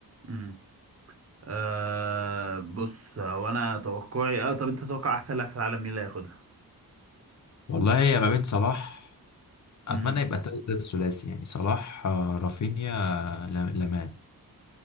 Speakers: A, on the right; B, on the left.
A: امم أه بص هو انا توقعي اه طب انت تتوقع احسن لاعب في العالم مين اللي هياخدها
B: والله هي ما بين صلاح أتمنى
A: امم
B: يبقى ده ده الثلاثي يعني صلاح آه، رافينيا لم- لامان